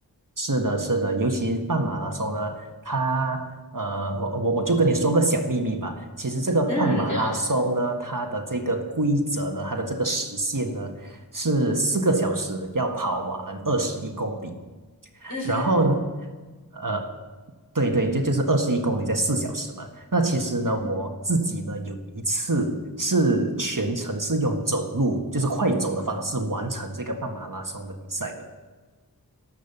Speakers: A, on the right (about 55°); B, on the left (about 50°).
A: 是的，是的，尤其半马拉松呢，它呃，我我我就跟你说个小秘密吧。其实这个半马拉松呢，
B: 嗯，好，
A: 它的这个规则呢，它的这个时限呢是四个小时要跑完二十一公里，
B: 嗯哼，
A: 然后呢，呃，对对，这就是二十一公里在四小时嘛。那其实呢，
B: 嗯，
A: 我自己呢有一次是全程是用走路，就是快走的方式完成这个半马拉松的比赛的。